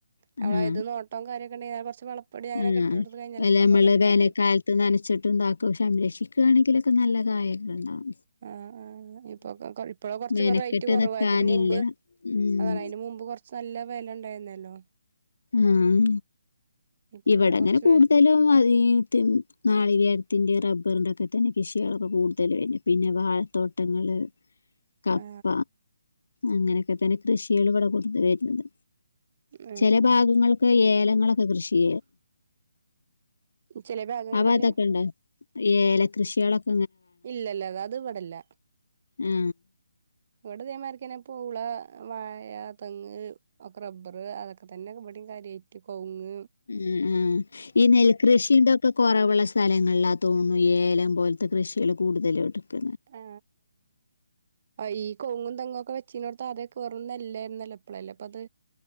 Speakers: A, on the right (about 35°); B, on the left (about 85°).
A: നമ്മള
B: ആഹ്ആ
A: ഇത് നോട്ടം കാര്യൊക്കെ ഉണ്ടെങ്കിൽ കുറച്ച് വളപ്പൊടി അങ്ങനൊക്കെ
B: ആഹ്
A: ഇട്ട് കൊടുത്ത് കഴിഞ്ഞാൽ
B: വെലേമ്മ്ള്
A: ഇഷ്ടം പോലെ ഉണ്ടാകും
B: വേനേക്കാൽത് നനശ്ശിട്ട്താക്കു സംരക്ഷക്ക്ആണെങ്കി നല്ല- കായൊക്കെണ്ടാവും
A: ആ ആ ഇപ്പൊക്കെ കൊഴ് ഇപ്പഴാ കൊറച്ച്
B: മെനക്കെട്ട്
A: റേറ്റ് കൊറവ്
B: നിക്കാനില്ല
A: അതിന് മുമ്പ്
B: ഉം
A: അതതയിനു മുമ്പ് കൊറച്ച് നല്ല വെയ്ല്ണ്ടായ്ന്നല്ലോ
B: ആഹ്
A: ഇപ്പൊ
B: ഇവിടങ്ങനെ
A: പിന്നെ കുറച്ച്
B: കൂട്തലും
A: വെ
B: അതീ തിൻ നാളികേരത്തിൻ്റെയാ റബ്ബറിൻ്റെക്കെത്തന്നെ കൃഷി കളൊക്കെ കൂടുതല് തന്യേ പിന്നെ വാഴത്തോട്ടങ്ങള് കപ്പ
A: ആ
B: അങ്ങനെ ഇപ്പത്തന്നെ ക്യഷികളിവടെ കൂടുതലാ <unintelligible>
A: ഉം
B: ചെല ഭാഗങ്ങൾക്ക് ഏല ഇങ്ങളൊക്കെ കൃഷി
A: ചെലെ ഭാഗങ്ങളില്
B: അപ്പൊ അതൊക്കെ ഉണ്ടോ ഏല കൃഷിയെളൊക്
A: ഇല്ലല്ല അത് ഇവിടെല്ല
B: ഉം
A: ഇവിടെ ഇതേ മാരിക്കന്നെ പൂള വാഴ തെങ്ങ് ഒക്കെ റബ്ബർ അതൊക്കെ തന്നെ ഇവിടെം കാര്യയിട്ട് കവ്ങ്ങ്
B: ഉം ഉം ഇ നെൽ കൃഷി ഇതൊക്കെ കൊറവ്ള്ള സ്ഥലങ്ങളിലാ തോന്ന്ണ് ഏലം പോൽ- ത്തെ കൃഷികള് കൂടുതലും അട്ക്ക്
A: ആ ആ ഈ കൊവുങ്ങും തെങ്ങും ഒക്കെ വച്ചീന്നോട്ത്ത് ആദ്യക്കെ വെറും നെല്ലായ്ര്ന്നല്ലോ ഇപ്പളല്ലേ പ്പത്